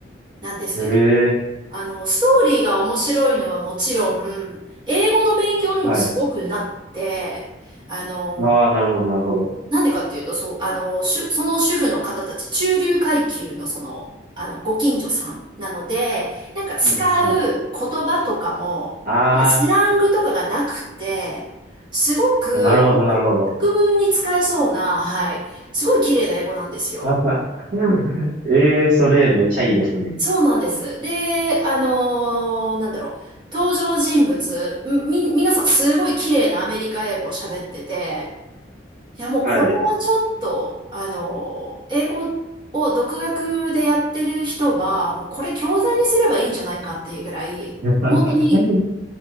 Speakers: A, on the right; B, on the right.
A: なんですけど、
B: ええ、
A: あの、ストーリーが面白いのはもちろん、英語の勉強にもすごくなって、
B: はい。
A: あの、
B: ああ、なるほど、なるほど。
A: なんでかっていうと、そう、あの、主その主婦の方たち、中流階級のその、あの、ご近所さんなので、なんか使う言葉とかも、
B: うんはい、あ
A: なんかスラングとかがなくて、すごく、
B: あ、なるほど、なるほど。
A: 国文に使えそうな、はい、すごい綺麗な英語なんですよ。
B: <laughs> ええ、それめっちゃいいですね。
A: そうなんです。で、あのーなんだろう、登場人物、み、皆さんすごい綺麗なアメリカ英語を喋ってて、いや、もうこれはちょっと、
B: はい。
A: あの、英語を独学でやってる人は、もうこれ教材にすればいいんじゃないかっていうぐらい、
B: <laughs> ええ
A: 本当に、